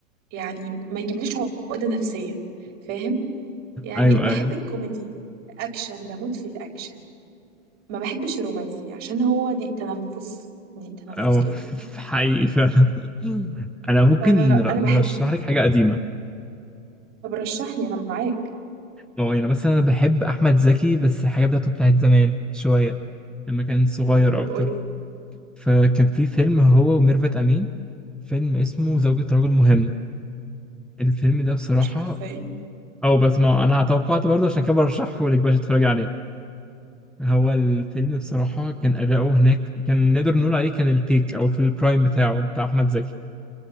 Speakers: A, on the right (about 40°); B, in the centre.
A: يعني ما يجيبليش عقدة نفسية فاهم يعني
B: أيوه
A: بحب
B: أيوه
A: الكوميدي اكشن بموت في الاكشن ما بحبش الرومانسي عشان هو ضيق تنفس ضيق تنفس
B: اه
A: جامد
B: <laughs> حقيقي فعلا أنا ممكن
A: فانا
B: نر- نرشح
A: بحب
B: لك حاجة قديمة
A: طب رشح لي انا معاك
B: اه يعني مثلا أنا بحب أحمد زكي بس الحاجة بتاعته بتاعت زمان شوية لما كان صغير
A: طب
B: أكتر
A: قول لي
B: فكان في فيلم هو وميرفت أمين فيلم اسمه زوجة رجل مهم الفيلم ده بصراحة
A: مش عارفة ايه
B: أو بس ما أنا توقعت برضه عشان كده برشحه لك باش تتفرجي عليه هو الفيلم بصراحة كان أداؤه هناك كان نقدر نقول عليه كان البيك أو في البرايم بتاعه بتاع أحمد زكي